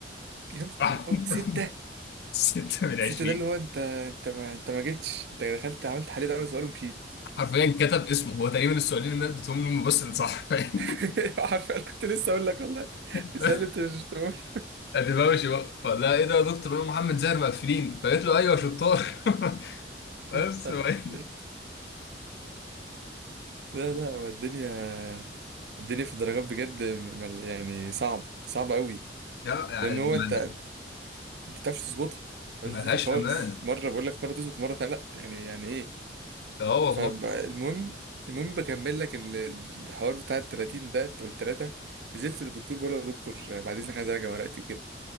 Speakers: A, on the right (about 65°); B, on the left (about 60°).
A: يا نهار
B: راح
A: ابيض سته
B: راح 6 <laughs> من 20
A: سته ده اللي هو انت انت ما انت ما جيتش انت دخلت عملت حل ده اول سؤال ومشيت
B: حرفيا كتب اسمه هو تقريبا السؤالين اللي انا اديتهم له هم بس اللي صح فاهم
A: <laughs> عارف كنت لسه اقول لك والله
B: <laughs>
A: السؤال اللي انت مش تقول
B: ادبوشي بقى فلا ايه ده يا دكتور انا محمد زاهر مقفلين فقالت له ايوه يا شطار <laughs> بس
A: <laughs> مش عارف
B: وهي-
A: إيه. <laughs> لا لا هو الدنيا الدنيا في الدرجات بجد م- مل- يعني صعب صعب قوي
B: لا يعني
A: لان هو
B: ما-
A: انت انت ما بتعرفش تظبطها ما بتعرفش
B: ملهاش
A: تظبطها خالص
B: امان
A: مره بقول لك مره تظبط مره تانية لا يعني يعني ايه
B: اه والله
A: فالمهم المهم بكمل لك ال- الحوار بتاع ال 30 ده او الثلاثه نزلت للدكتور بقول له يا دكتور بعد اذنك عايز اراجع ورقتي وكده